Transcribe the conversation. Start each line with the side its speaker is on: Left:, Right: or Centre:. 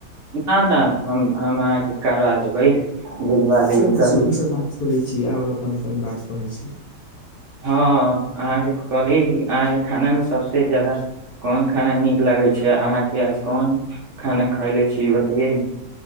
Right: नह नह हम हम अहाँके करबा देबै भेजवा
Left: छोड़ै
Right: देबै करु
Left: छी ओ सब बात छोड़ै छी आओर अपन अपन बात कहै छी
Right: हँ अहाँके कहलियै अहाँके खानामे सभसँ ज्यादा कोन खाना नीक लगै छै अहाँके आज कोन खाना खयले छी ई बताये